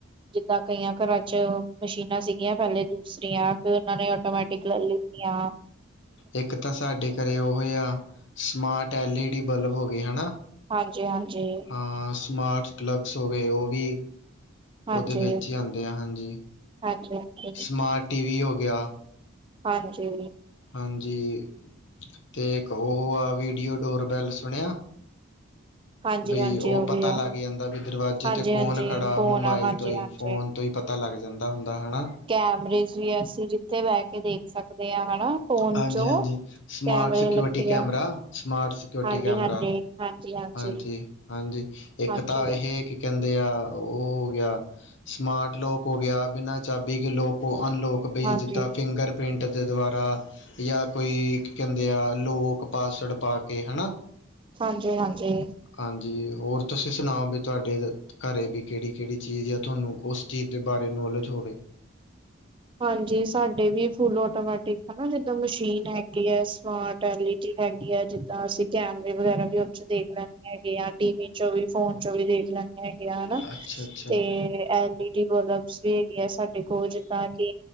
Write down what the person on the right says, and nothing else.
ਜਿੱਦਾਂ ਕਈਆਂ ਘਰਾਂ ਚ ਮਸ਼ੀਨਾਂ ਸੀਗੀਆਂ ਪਹਿਲੇ ਦੂਸਰੀਆਂ ਫਿਰ ਉਹਨਾਂ ਨੇ ਆਟੋਮੈਟੀਕ ਲੈ ਲਿੱਤੀਆ
ਹਾਂਜੀ-ਹਾਂਜੀ।
ਹਾਂਜੀ
ਹਾਂਜੀ ਹਾਂਜੀ
ਹਾਂਜੀ।
ਹਾਂਜੀ
ਹਾਂਜੀ
ਉਹ
ਵੀ ਹੈ
ਹਾਂਜੀ
ਹਾਂਜੀ
ਕੌਣ
ਆ ਹਾਂਜੀ
ਹਾਂਜੀ
ਕੈਮਰੇ ਚਵੀ ਅਸੀਂ ਜਿੱਥੇ ਬਹਿ ਕੇ ਦੇਖ ਸਕਦੇ ਆ ਹਨਾ ਫੋਨ
ਚੋਂ
ਕੈਮਰੇ
ਲੱਗੇ
ਆ
ਹਾਂਜੀ
ਹਾਂਜੀ ਹਾਂਜੀ ਹਾਂਜੀ
ਹਾਂਜੀ
ਹਾਂਜੀ
ਹਾਂਜੀ-ਹਾਂਜੀ।
ਹਾਂਜੀ, ਸਾਡੇ ਵੀ ਫੁੱਲ ਆਟੋਮੈਟਿਕ ਹਨਾ ਜਿੱਦਾਂ ਮਸ਼ੀਨ ਹੈਗੀ ਐ। ਸਮਾਰਟ ਐਲ ਈ ਡੀ ਹੈਗੀ ਆ ਜਿੱਦਾਂ ਅਸੀ ਕੈਮਰੇ ਵਗੈਰਾ ਵੀ ਉ ਚ ਦੇਖ ਲੈਂਣੇ ਹੈਗੇ ਆ ਟੀ ਵੀ ਚੋਂ ਵੀ ਫੋਨ ਚੋਂ ਵੀ ਦੇਖਣਾ ਹੈਗਿਆ ਹਨਾ,
ਤੇ ਐ ਲ ਈ ਡੀ ਮਤਬਲ <unintelligible> ਵੀ ਹੈਗੇ ਆ ਸਾਡੇ ਕੋਲ, ਤਾਂ ਕਿ